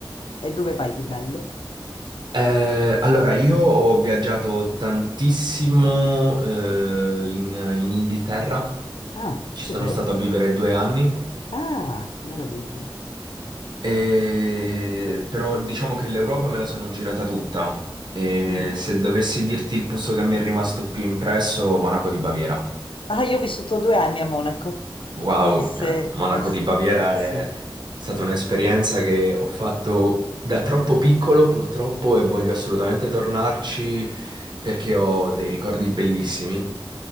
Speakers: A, on the left; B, on the right.
A: E dove vai di bello?
B: Eh, allora, io ho viaggiato tantissimo eh, in, in Inghilterra,
A: Ah,
B: ci
A: che
B: sono
A: bello.
B: stato a vivere due anni,
A: Ah, che meraviglia.
B: e- però diciamo che l'Europa me la sono girata tutta. E
A: Mhm.
B: se dovessi dirti il posto che mi è rimasto più impresso, Monaco di Baviera.
A: Ah, io ho vissuto due anni a Monaco.
B: Wow,
A: Eh sì,
B: cioè,
A: eh
B: Monaco
A: sì,
B: di Baviera
A: sì.
B: è stata un'esperienza che ho fatto da troppo piccolo, purtroppo, e voglio assolutamente tornarci perché ho dei ricordi bellissimi.